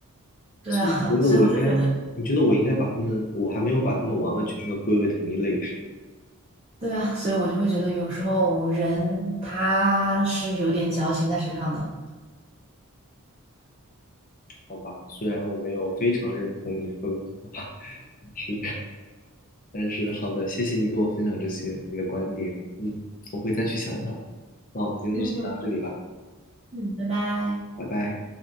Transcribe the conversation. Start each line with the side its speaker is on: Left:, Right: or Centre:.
Right: 对啊，
Left: 所以你觉得我应该，
Right: <laughs> 所以我就觉得，
Left: 你觉得我应该把他们，我还没有把他们完完全全的归为同一类，是吗？
Right: 对啊，所以我就会觉得有时候人他是有点矫情在身上的。
Left: 好吧，虽然我没有非常认同你说的话，<laughs> 是，但是好的，谢谢你跟我分享这些你的观点，嗯，我会再去想想的。那我们今天就先聊到这里吧，
Right: 嗯嗯，拜拜。
Left: 拜拜。